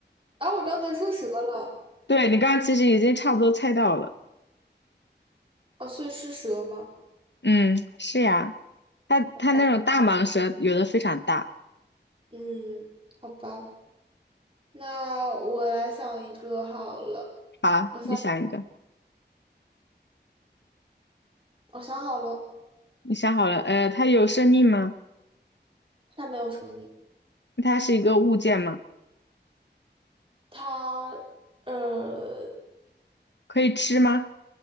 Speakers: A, on the right; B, on the left.
A: 啊，我刚才说蛇了，
B: 对，你刚刚其实已经差不多猜到了，
A: 哦，所以是蛇吗？
B: 嗯，是呀，它它那种大蟒蛇有的非常大。
A: 好吧，嗯，好吧，那我来想一个好了。
B: 好，
A: 我想，
B: 你想一个，
A: 我想好了，
B: 你想好了，呃，它有生命吗？
A: 它没有生命，
B: 它是一个物件吗？
A: 它呃
B: 可以吃吗？